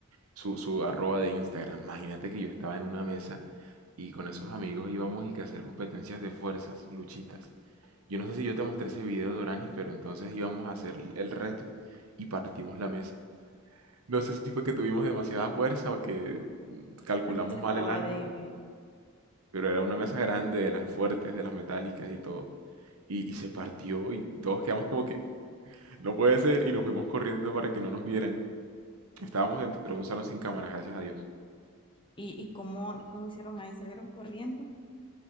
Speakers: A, on the right; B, on the left.
A: su, su arroba de Instagram. Imagínate que yo estaba en una mesa y con esos amigos íbamos y que hacer competencias de fuerzas, luchitas. Yo no sé si yo te mostré ese video de Oranis, pero entonces íbamos a hacer el reto y partimos la mesa. No sé si fue que tuvimos demasiada fuerza o que mm, calculamos
B: También se
A: mal
B: estaba
A: el ángulo,
B: débil.
A: pero era una mesa grande, de las fuertes, de las metálicas y todo. Y, y se partió y todos quedamos como que no puede ser y nos fuimos corriendo para que no nos vieran. Estábamos dentro de un salón sin cámaras, gracias a Dios.
B: ¿Y, y cómo, y cómo hicieron ahí? ¿Salieron corriendo?